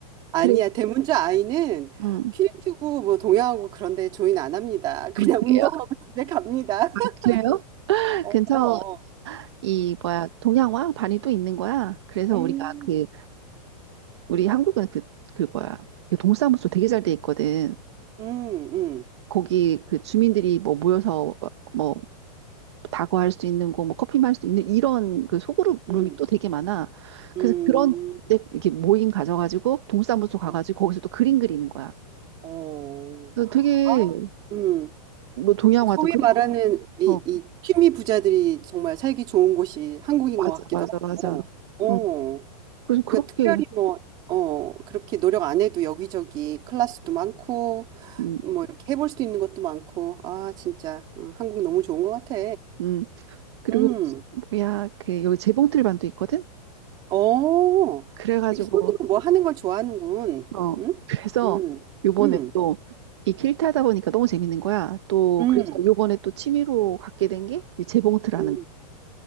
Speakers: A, on the right; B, on the right.
A: 아니야.
B: 그래서
A: 대문자 아이는
B: 음,
A: 퀼트고 뭐 동양하고 그런데 조인 안 합니다. 그냥
B: 아, 그래요?
A: 운동하고 <laughs> 집에 갑니다.
B: 아,
A: <laughs>
B: 그래요?
A: 어,
B: 근처
A: 그럼.
B: 이 뭐야 동양화 반이 또 있는 거야. 그래서
A: 음,
B: 우리가 그 우리 한국은 그 그 뭐야 그 동사무소 되게 잘 돼 있거든.
A: 음, 음,
B: 거기 그 주민들이 뭐 모여서 뭐- 뭐 다과할 수 있는 거, 뭐 커피 마실 수 있는 이런 그 소그룹
A: 음,
B: 룸이 또 되게 많아.
A: 음,
B: 그래서 그런 데 이렇게 모임 가져가지고 동사무소 가가지고
A: 어,
B: 거기서 또 그림 그리는 거야.
A: 어.
B: 그래서 되게
A: 아, 음,
B: 뭐 동양화도
A: 그 소위
B: 그리고
A: 말하는 이,
B: 어
A: 이 취미 부자들이 정말 살기 좋은 곳이 한국인
B: 맞아
A: 것 같기도
B: 맞아
A: 하고,
B: 맞아.
A: 어,
B: 응. 그래서 그렇게
A: 그러니까 특별히 뭐, 어, 그렇게 노력 안 해도 여기저기 클래스도 많고,
B: 음,
A: 뭐 이렇게 해볼 수 있는 것도 많고, 아, 진짜, 어, 한국 너무 좋은 것 같아.
B: 음. 그리고
A: 음,
B: 뭐야 그 여기 재봉틀반도 있거든.
A: 어,
B: 그래가지고
A: 이렇게 손으로 뭐 하는 걸 좋아하는군.
B: 어,
A: 응?
B: 그래서
A: 음,
B: 요번에
A: 음,
B: 또 이 퀼트 하다 보니까 너무 재밌는 거야. 또
A: 음,
B: 그래서 요번에 또 취미로 갖게 된 게 이 재봉틀하는
A: 음.
B: 거.